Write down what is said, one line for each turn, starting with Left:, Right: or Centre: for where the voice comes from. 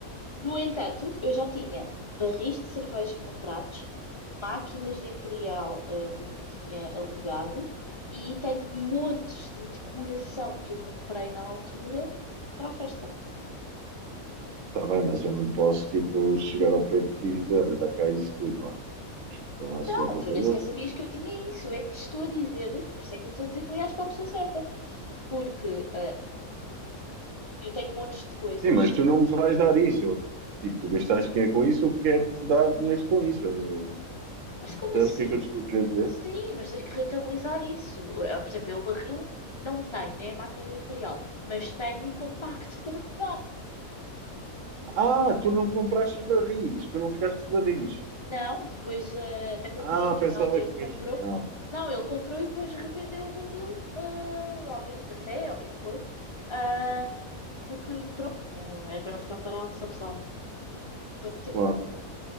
Left: No entanto, eu já tinha barris de cerveja comprados, máquinas de Imperial, eh, tipo que tinha alugado, e tenho montes de decoração que eu comprei na altura para a festa.
Right: Está bem, mas eu não posso, tipo, chegar ao pé de ti e dizer, olha, dá cá isso tudo, vá. Falar
Left: Não,
Right: sobre
Left: tu
Right: valores.
Left: nem sequer sabias
Right: tudo.
Left: que eu tinha isso, é que te estou a dizer, por isso é que eu estou a dizer que ligaste para a pessoa certa, porque eh, eu tenho montes de coisas,
Right: Sim, mas tu não me vais dar isso. Eu, tipo, tu gastaste dinheiro com isso, eu quero-te dar dinheiro com isso. Eu-
Left: mas como
Right: Sabes
Left: assim?
Right: o que é que eu te estou a querer dizer?
Left: Sim, mas tens que rentabilizar isso. Eh, Por exemplo, eu o barril não tenho, nem a máquina de Imperial, mas tenho o contacto para te dar.
Right: Ah, tu não compraste os barris, tu não ficaste com os barris.
Left: Não, depois eh, até foi
Right: Ah,
Left: o meu padrinho
Right: pensava
Left: na altura
Right: que
Left: que
Right: tinhas
Left: comprou.
Right: ficado.
Left: Não, ele comprou e depois revendeu o barril ah, a alguém no café, ou o que é que foi. Ah, porque, pronto, não, é para não ficar parado, sabe-se lá quanto tempo.
Right: Claro.